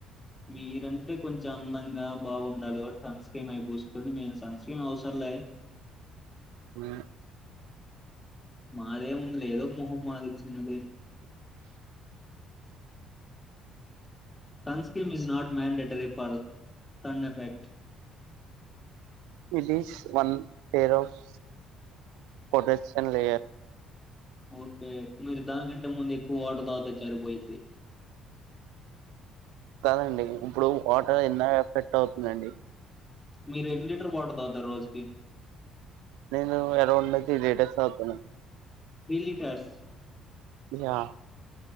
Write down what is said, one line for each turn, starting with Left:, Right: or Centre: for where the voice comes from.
Left: మీరంటే కొంచెం అందంగా బాగుండాలి. కాబట్టి సన్ స్క్రీన్ అయి పూసుకోండి. మేము సన్ స్క్రీన్ అవసర లే
Right: ఉయా
Left: మాదేముందిలే ఏదో ఒక మొహం మాది చిన్నది sunscreen is not mandatory for sun effect
Right: it is one pair of protection layer
Left: okay మీరు దానికంటే ముందు ఎక్కువ వాటర్ చరిపోఇద్ది
Right: కదండి ఇప్పుడు వాటర్ ఎన్న ఎఫెక్ట్ అవుతుంద అండి
Left: మీరు ఎన్ని లీటర్ వాటర్ తాగుతారు రోజుకి
Right: నేను ఎ రౌండ్ త్రీ లీటర్స్ తాగుతాను
Left: త్రీ లీటర్స్
Right: యా